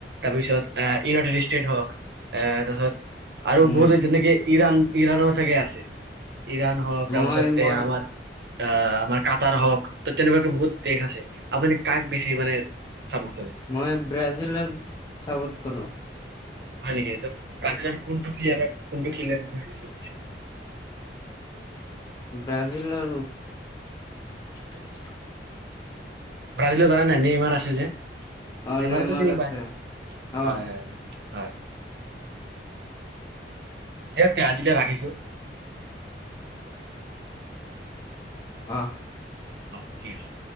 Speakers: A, on the right; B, on the left.
A: তাৰপিছত, ইউনাইটেড ষ্টেট হওঁক। এ, তাৰপিছত আৰু
B: উম
A: বহুত যেনেকে, ইৰাণ- ইৰাণৰ চাগে আছে, ইৰাণ হওঁক, তাৰপাছত,
B: মই মই
A: এই আমাৰ আঁ আমাৰ কাতাৰ হওঁক, ত' তেনেকুৱাকে বহুত দেশ আছে। আপুনি কাক বেছি মানে চাপৰ্ট কৰে
B: মই ব্ৰাজিলক ছাপ'ৰ্ট কৰোঁ।
A: হয় নেকি? <unintelligible> ব্ৰাজিলৰ কোনটো প্লেয়াৰক, কোনটো খেলুৱৈক আপুনি বেছি ভাল পাই?
B: ব্ৰাজিলৰ আৰ্জেণ্টিনা।
A: ব্ৰাজিলো জানা নাই, নেইমাৰ আছে যে?
B: অ
A: নেইমাৰ
B: নেমাৰ
A: তো চিনি
B: আছে
A: পাই?
B: অ
A: হয়, হয়। হয়! দিয়ক তে, আজিলৈ ৰাখিছোঁ।
B: অ'!
A: হয়, ঠিক আছে।